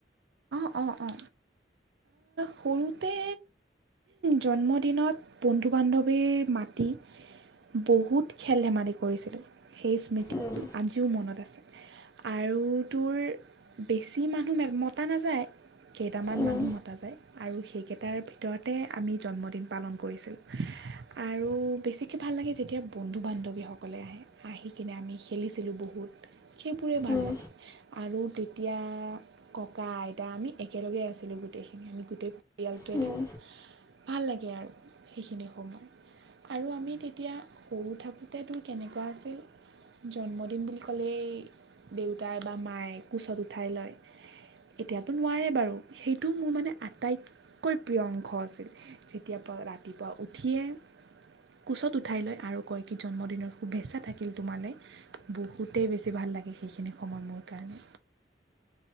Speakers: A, on the right (about 75°); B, on the left (about 20°).
A: অঁ অঁ! সৰুতে জন্মদিনত বন্ধু বান্ধৱীৰ মাতি বহুত খেল ধেমালি কৰিছিলে সেই স্মৃতি
B: উম
A: আজিও মনত আছে আৰু তোৰ বেছি মানুহ মতা নাযায় কেইটামান
B: উম
A: মানুহ মতা যায়। আৰু সেইকেইটাৰ ভিতৰতে আমি জন্মদিন পালন কৰিছিলোঁ আৰু বেছিকৈ ভাল লাগে যেতিয়া বন্ধু বান্ধৱীসকলে আহে আহি কিনে আমি খেলিছিলোঁ বহুত। সেইবোৰে ভাল
B: উম
A: লাগে আৰু, তেতিয়া ককা আইতা আমি একেলগে আছিলো গোটেইখিনি আমি গোটেই পৰিয়ালটোৱে
B: অঁ
A: থাকোঁ। ভাল লাগে আৰু সেইখিনি সময় আৰু আমি তেতিয়া সৰু থাকোঁতে তোৰ কেনেকুৱা আছিল জন্মদিন বুলি ক'লেই দেউতাই বা মায়ে কোচত উঠাই লয়। এতিয়াতো নোৱাৰে বাৰু সেইটো মোৰ মানে আটাইতকৈ প্ৰিয়ংক আছিল যেতিয়া ৰাতিপুৱা উঠিয়ে কোচত উঠাই লয় আৰু কয় কি জন্মদিনৰ শুভেচ্ছা থাকিল তোমালৈ বহুতেই বেছি ভাল লাগে সেইখিনি সময় মোৰ কাৰণে